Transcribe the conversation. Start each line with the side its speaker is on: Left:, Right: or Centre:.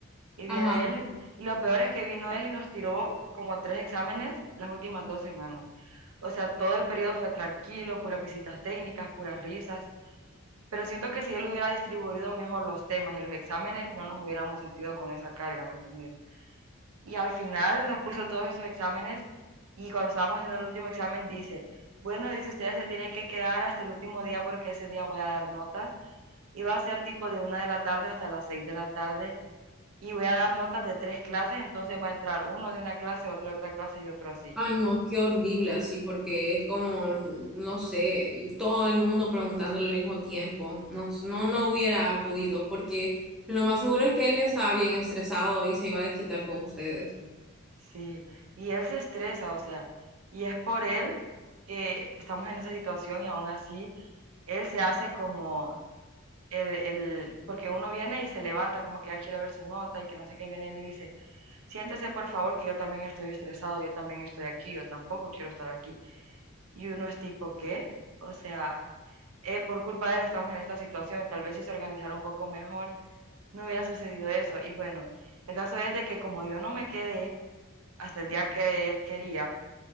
Right: Y viene
Centre: Ajá.
Right: él, y lo peor es que vino él y nos tiró como tres exámenes las últimas dos semanas. O sea, todo el periodo fue tranquilo, puras visitas técnicas, puras risas, pero siento que si él hubiera distribuido mejor los temas y los exámenes, no nos hubiéramos sentido con esa carga, ¿me entendés? Y al final nos puso todos estos exámenes y cuando estábamos haciendo el último examen dice, bueno, dice ustedes se tienen que quedar hasta el último día porque ese día voy a dar notas y va a ser tipo de una de la tarde hasta las seis de la tarde y voy a dar notas de tres clases, entonces va a entrar uno de una clase, otro de otra clase y otro así.
Centre: Ay, no, qué horrible así, porque es como, no sé, todo el mundo preguntándole al mismo tiempo. No, no, no hubiera podido, porque lo más seguro es que él ya estaba bien estresado y se iba a desquitar con ustedes.
Right: Sí, y él se estresa, o sea, y es por él que estamos en esa situación y aún así él se hace como el, el, porque uno viene y se levanta como que ya quiere ver su nota y que no sé qué viene y le dice, siéntese por favor que yo también estoy estresado, yo también estoy aquí, yo tampoco quiero estar aquí. Y uno es tipo, ¿qué? O sea, eh, por culpa de él estamos en esta situación, tal vez si se organizara un poco mejor no hubiera sucedido eso. Y bueno, el caso es de que como yo no me quedé hasta el día que él quería,